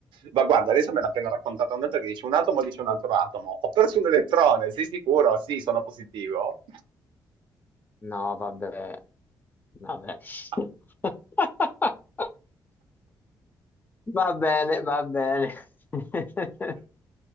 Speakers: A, on the right; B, on the left.
A: Ma guarda, adesso me l'ha appena raccontata un'altra che dice un atomo dice un altro atomo. Ho perso un elettrone, sei sicuro? Sì, sono positivo.
B: No, vabbè, vabbè.
A: <laughs>
B: <laughs> Va bene, va bene. <laughs>